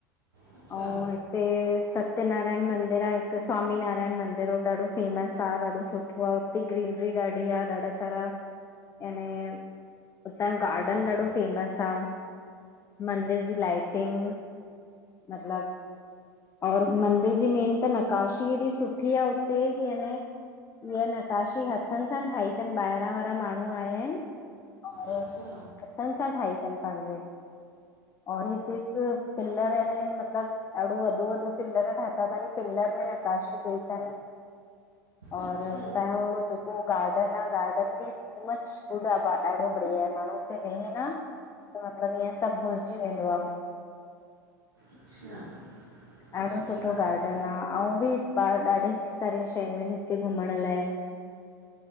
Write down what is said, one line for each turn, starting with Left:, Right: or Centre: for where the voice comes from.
Right: अच्छा
Left: अऊँ हित् ते सत्यनारायण मंदिर आ, हिकु स्वामी नारायण मंदिर, उहो ॾाढो फेमस आ, ॾाढो सुठो आ उते -ते ग्रीनरी ॾाढी आ ॾाढा सा - रा याने, उतां जो
Right: अच्छा
Left: गार्डन
Right: अच्छा
Left: ॾाढो फेमस आ। मंदिर जी लाईटिंग मतलब, और मंदिर जी मेन त नकाशी एॾी सुठी आ उते कि याने हीय, नकाशी हथनि सां ठाही -तनि, ॿाहिरां वारा माण्हूं आया हिनि, और
Right: अच्छा
Left: हथनि सां ठाही तनि पंहिंजे, और हिकु -हिकु पिलर याने मतिलब ॾाढो वॾो -वॾो पिल्लर ठाता तन, पिल्लर में नकाशी कई तनि। और
Right: अच्छा
Left: हुतां जो जेको गार्डन आ, गार्डन बि टू मच, गुड आ, ॾाढो बढ़िया आहे, माण्हूं उते वेहे न त मतिलबु ईअं सभु भुलिजी वेंदो आ।
Right: अच्छा? त
Left: ॾाढो
Right: सुठी
Left: सुठो
Right: ॻाल्हि
Left: गार्ड -न आ, अंउं बि ॾा ॾाढी सारी शयूं आहिनि हिते घुमंण लाए।